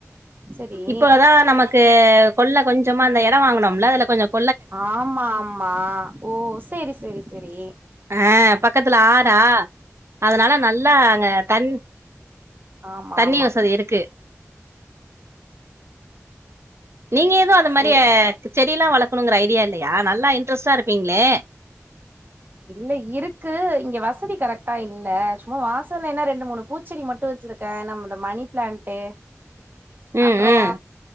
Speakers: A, on the right; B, on the right.
A: சரி
B: இப்பல தா நமக் கு கொள்ள கொஞ்சமா அந்த எடம் வாங்கனும்ல அதுல கொஞ்சம்
A: ஆமாமா ஓ சேரி செரி செரி
B: ஆ பக்கத்துல ஆறா அதனால நல்லா அங்க தன்
A: ஆமா
B: தண்ணி
A: ஆமா
B: வசதி இருக்கு நீங்க எதும் அந்த
A: சே
B: மாரிய செடில்லா வளக்கணுங்கிற ஐடியா இல்லையா நல்லா இன்ட்ரெஸ்ட்டா இருப்பீங்ளே
A: இல்ல இருக்கு இங்க வசதி கரெக்ட்டா இல்ல சும்மா வாசலேன்னா ரெண்டு மூணு பூச் ச்செடி மட்டு வச்சிருக்க நம் இந்த மணி பிளான்ட்டு
B: ம்
A: அப்புறோ
B: ம்